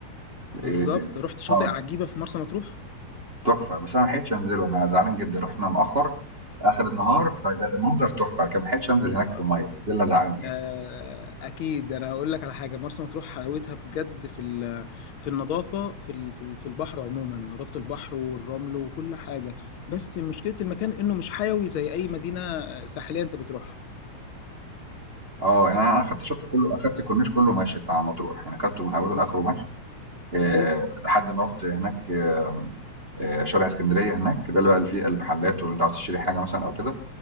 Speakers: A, on the left; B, on the right.
A: بالضبط.
B: آآ ت
A: رُحت شاطئ
B: آه.
A: عجيبة في مرسى مطروح؟
B: تحفة، بس أنا ما لحقتش أنزله، أنا زعلان جدًا، رُحنا متأخّر آخر النهار، فالمنظر تحفة، لكن ما لحقتش أنزل هناك
A: آه،
B: في المَيّة، ده اللي زعّلني يعني.
A: آآ أكيد. أنا هاقول لك على حاجة، مرسى مطروح حلاوتها بجد في ال في النضافة في ال في ال في البحر عمومًا، نضافة البحر والرمل وكل حاجة، بس مشكلة المكان إنه مش حيوي زي أي مدينة ساحلية أنت بتروحها.
B: آه، يعني أنا أنا أخدت الشط كلّه أخدت الكورنيش كلّه مَشي بتاع مطروح، يعني أخدته من أوله لآخره
A: إمم،
B: مَشي، آآ
A: أيوه.
B: لحد ما رُحت هناك آمم، آآ شارع إسكندرية هناك، ده اللي بقى اللي فيه المحلات واللي أنت عاوز تشتري حاجة مثلًا أو كده،